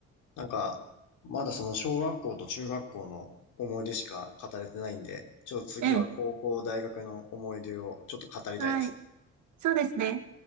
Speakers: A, on the left; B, on the right.
A: なんか、まだその小学校と中学校の思い出しか語れてないんで、ちょっと次は高校、
B: ええ。
A: 大学の思い出をちょっと語りたいですね。
B: はい。そうですね。